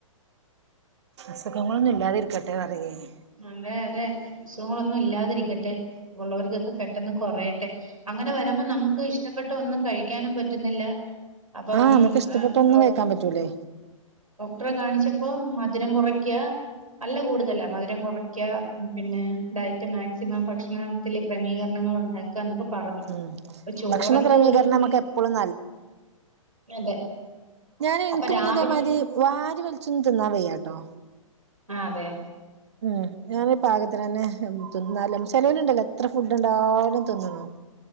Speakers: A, on the right (about 55°); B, on the right (about 85°).
A: അസുഖകളൊന്നും ഇല്ലാതെയിരിക്കട്ടെ പറയനു
B: അതെ അതെ അസുഖങ്ങളൊന്നും ഇല്ലാതിരിക്ക ട്ടേ ഉള്ളവർക്കൊക്കെ പെട്ടെന്ന് കുറയട്ടെ അങ്ങനെ വരുമ്പോ നമുക്ക് ഇഷ്ട ട്ടപ്പെട്ട ഒന്നും കഴിക്കാനും പറ്റുന്നില്ല അപ്പം
A: ആഹ് നമുക്ക് ഇഷ്ടപ്പെട്ടൊന്നും
B: ഏഹ് ഡോക്
A: കഴിക്കാൻ പറ്റൂലേ
B: ടറെ കാണിച്ചപ്പോ മധുരം കുറയ്ക്കാ നല്ല കൂടുതലാ രം കുറയ്ക്കാ പിന്നെ ഡയറ്റ് മാക്സിമം ഭക്ഷണ ത്തിൽ ക്രമീകരണങ്ങൾ ഉണ്ടാക്കുക എന്നൊക്കെ പറഞ്ഞു
A: ഉം
B: അപ്പൊ ചോറൊക്കെ
A: ഭക്ഷണ ക്രമീകരണം
B: ഒരു
A: നമുക്ക്
B: ഒരു
A: എപ്പോഴും
B: അതെ
A: ഞാന് ഇൻക്ക്
B: അപ്പൊ രാവിലെ
A: പ്പ ഇതേമായിരി വാരി വൽച്ചോന്നും തിന്നാ വയ്യാട്ടോ
B: ആ അതെ
A: ഉം ഞാന് പാകത്തിനെന്നെ തിന്നല് ചെലോ ല്ണ്ടല്ലോ എത്ര ഫുഡ് കണ്ടാലും തിന്ന്ണ്